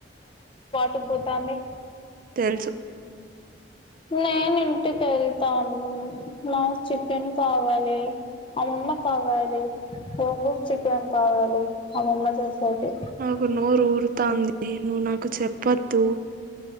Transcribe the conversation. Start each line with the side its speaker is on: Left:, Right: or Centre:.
Left: టుబోతంది
Right: తెలుసు
Left: నేను ఇంటికి వెళ్తాను నాకు చికెన్ కావాలి అమ్మమ్మ కావాలి గోంగూర్ చికెన్ కావాలి అమ్మమ్మ చేసేది
Right: నాకు నోరు ఊరుతాంది ను నాకు నాకు చెప్పద్దు